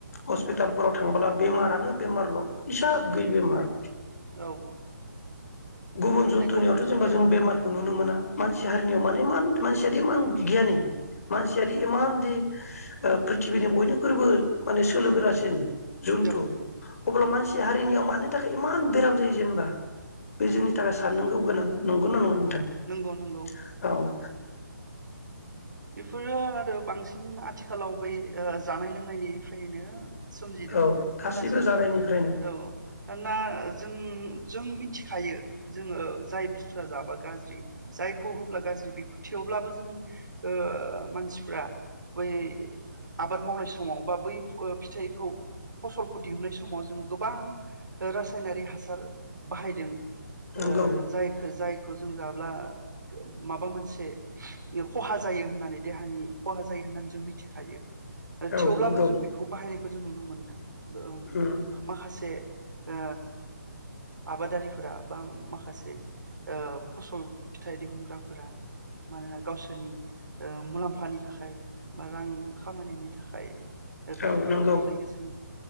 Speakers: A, on the left; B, on the right.
A: हस्पिटाल फोराव थांबोला बेमारानो बेमारल इसाब गैयि बेमार।
B: औ।
A: गुबुन
B: माने
A: जुन्थुनियावथ'
B: गो
A: जेनबा
B: औ
A: जों बेमारखौ नुनो मोना। मानसि हारिनियाव माने मान मानसियादि इमान बिगियानि मानसियादिइ इमानदि ओ प्रिथिबिनि बयनिख्रुबो माने सोलोगोरासिन जुनथु
B: औ
A: अब्ला
B: औ
A: मानसि हारिनियाव मानो थाखाय इमान बेराम जायो जेनेबा। बे जोंनि थाखाय साननांगौ गोनां नंगौ ना नङा नोंथां
B: नंगौ नंगौ
A: औ।
B: बेफोरो आरो बांसिन आथिखालाव बै ओ जानाय लोंनायनिफ्रायनो सोमजिदों
A: औ गासैबो
B: मोना जों
A: जागायनिफ्रायनो
B: औ मानोना जों जों मिथिखायो जोङो जाय बुस्थुआ जाब्ला गाज्रि जायखौ होब्ला गाज्रि बेखौ थेवब्लाबो जों ओ मानसिफ्रा बै आबाद मावनाय समाव बा बै फिथाइखौ फसलखौ दिहुननाय समाव जों गोबां रासायनारि हासार बाहायदों।
A: नंगौ
B: ओ जायखो जाय खौ जों जाब्ला माबा मोनसे खहा जायो होननानै देहानि खहा जायो होननानै जों मिथिखायो आरो
A: औ
B: थेवब्लाबो
A: नंगौ
B: जों बेखौ बाहायनायखौ जों नुनो मोनदों ओं
A: उम
B: माखासे ओ आबादारिफोरा बा माखासे ओ फसल फिथाइ दिहुनग्राफोरा मानोना गावसोर नि ओ मुलाम्फानि थाखाय बा रां खामायनायनि थाखाय बेफोरबायदि
A: औ नंगौ
B: मावनायखौ जों